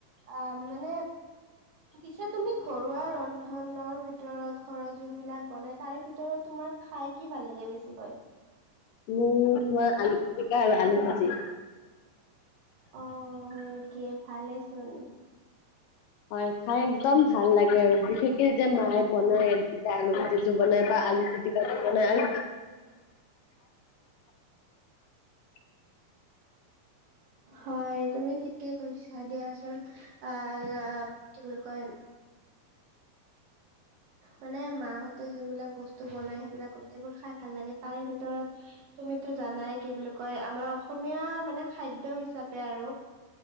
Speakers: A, on the right (about 70°); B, on the left (about 80°).
A: আহ মানে পিছে তুমি ঘৰুৱা ৰন্ধনৰ ভিত ভিতৰত ঘৰত যোনবিলাক বনাই তাৰে ভিতৰত তোমাৰ খাই কি ভাল লাগে বেছিকৈ
B: মোৰ তোমাৰ আলু পিটিকা আৰু আলু ভাজি
A: অ হয় নেকি ভালেচোন
B: হয় খাই একদম ভাল লাগে আৰু বিশেষকে যেতিয়া মায়ে বনাই যেতিয়া আলু ভাজি বনাই বা আলু পিটিকা বনাই আৰু <unintelligible>
A: হয় তুমি ঠিকে কৈছা দিয়াচোন অ কি বুলি কয় মানে মাহতে যোনবিলাক বস্তু বনাই সেইবিলাক গোতেইবোৰ খাই ভাল লাগে তাৰে ভিতৰত তুমিতো জানাই কি বুলি কয় আমাৰ অসমীয়া মানে খাদ্যয় হিচাপে আৰু